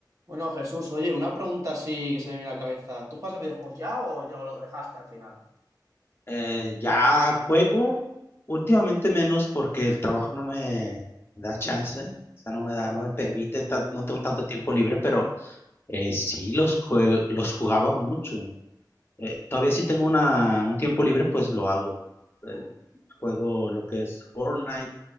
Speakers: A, on the right; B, on the left.
A: Bueno, Jesús, oye, una pregunta así que se me viene a la cabeza. ¿Tú juegas a videojuegos ya o, ya- o lo dejaste al final?
B: Eh, ya juego últimamente menos porque el trabajo no me da chance, o sea, no me
A: Claro.
B: da, no me permite, tan-
A: Ujú,
B: no tengo tanto tiempo libre, pero eh, sí los jue- los jugaba mucho. Eh, todavía sí tengo una, un tiempo libre, pues lo hago. Eh,
A: ujú,
B: juego lo que es Fortnite